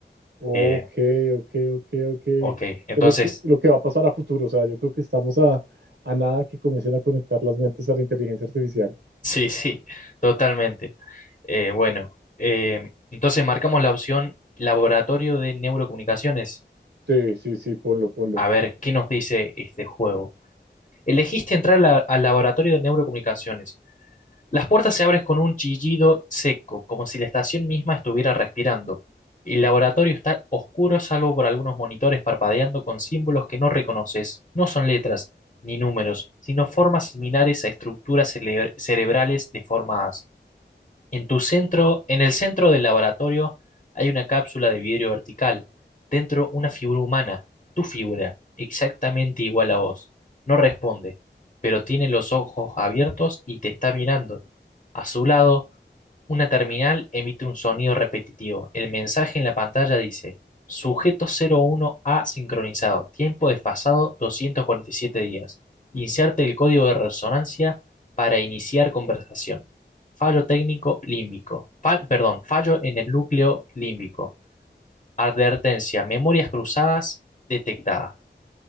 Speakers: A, on the right; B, on the left.
A: Ok,
B: Eh,
A: ok, ok, ok.
B: ok, entonces,
A: Es lo que, lo que va a pasar a futuro. O sea, yo creo que estamos a, a nada que comiencen a conectar las mentes a la inteligencia artificial.
B: <laughs> sí, sí, totalmente. Eh, bueno, eh, entonces marcamos la opción Laboratorio de Neurocomunicaciones.
A: Sí, sí, sí, ponlo, ponlo.
B: A ver, ¿qué nos dice este juego? Elegiste entrar a la- al Laboratorio de Neurocomunicaciones. Las puertas se abren con un chillido seco, como si la estación misma estuviera respirando. El laboratorio está oscuro salvo por algunos monitores parpadeando con símbolos que no reconoces. No son letras ni números, sino formas similares a estructuras cele- cerebrales deformadas. En tu centro, en el centro del laboratorio hay una cápsula de vidrio vertical. Dentro una figura humana, tu figura, exactamente igual a vos. No responde, pero tiene los ojos abiertos y te está mirando. A su lado una terminal emite un sonido repetitivo. El mensaje en la pantalla dice: Sujeto 01A sincronizado. Tiempo desfasado 247 días. Inserte el código de resonancia para iniciar conversación. Fallo técnico límbico. Fal- perdón, fallo en el núcleo límbico. Advertencia: Memorias cruzadas detectadas.